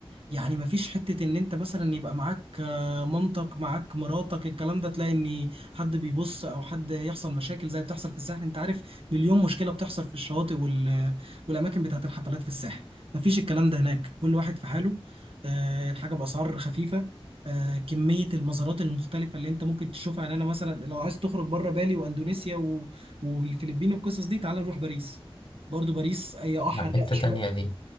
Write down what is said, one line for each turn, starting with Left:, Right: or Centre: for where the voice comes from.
Right: يعني مفيش حتة ان انت مثلا يبقى معاك آه، مامتك معاك مراتك الكلام ده تلاقي ان حد بيبص او حد يحصل مشاكل زي بتحصل في الساحل انت عارف مليون مشكلة بتحصل في الشواطئ وال... والاماكن بتاعت الحفلات في الساحل مفيش الكلام ده هناك كل واحد في حاله آه، الحاجة بأسعار خفيفة آه، كمية المزارات المختلفة اللي انت ممكن تشوفها يعني انا مثلا لو عايز تخرج بره بالي واندونيسيا و... والفلبين والقصص دي تعال نروح باريس برضو باريس هي اه حرقت
Left: حته
Right: شوية
Left: تانية دي